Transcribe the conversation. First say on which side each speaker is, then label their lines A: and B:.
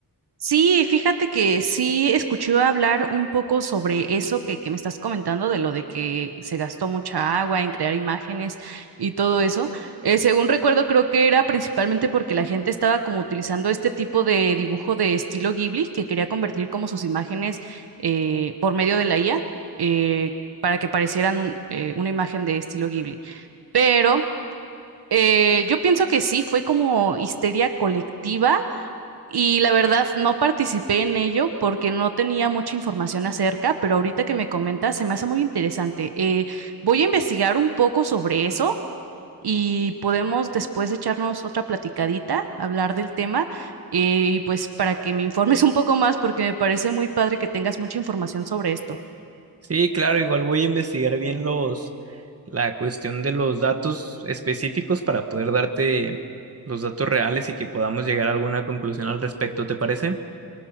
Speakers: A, on the right; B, on the right.
A: Sí, fíjate que sí escuché hablar un poco sobre eso que, que me estás comentando, de lo de que se gastó mucha agua en crear imágenes y todo eso. Eh, según recuerdo, creo que era principalmente porque la gente estaba como utilizando este tipo de dibujo de estilo Ghibli, que quería convertir como sus imágenes eh, por medio de la IA, eh, para que parecieran eh, una imagen de estilo Ghibli. Pero eh, yo pienso que sí, fue como histeria colectiva y la verdad, no participé en ello porque no tenía mucha información acerca, pero ahorita que me comentas se me hace muy interesante. Eh, voy a investigar un poco sobre eso y podemos después echarnos otra platicadita, hablar del tema eh, y pues para que me informes <laughs> un poco más porque me parece muy padre que tengas mucha información sobre esto.
B: Sí, claro, igual voy a investigar bien los, la cuestión de los datos específicos para poder darte los datos reales y que podamos llegar a alguna conclusión al respecto, ¿te parece?